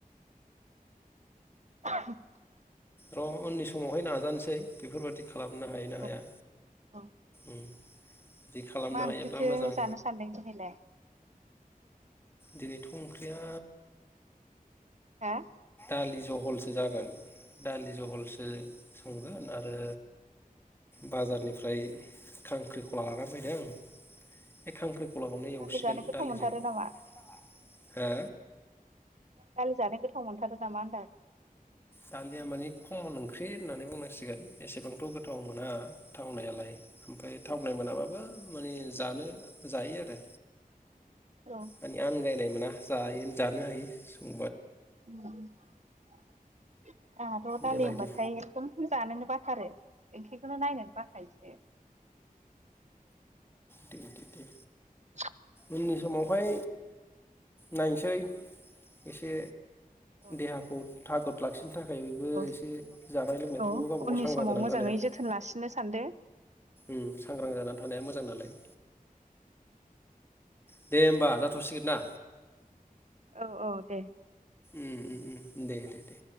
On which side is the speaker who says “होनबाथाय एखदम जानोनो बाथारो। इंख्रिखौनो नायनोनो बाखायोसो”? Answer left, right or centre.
Right